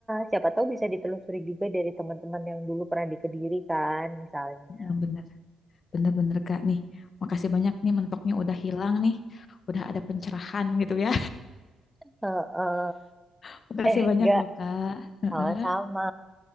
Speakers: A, in the centre; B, on the left.
A: siapa tahu bisa ditelusuri juga dari teman-teman yang dulu pernah di Kediri kan, misalnya.
B: Nah, Bener, bener-bener Kak nih. Makasih banyak nih mentoknya udah hilang nih. Udah ada pencerahan gitu ya.
A: Heeh.
B: <laughs> Makasih
A: Eh,
B: banyak
A: enggak,
B: loh Kak. Heeh.
A: sama-sama.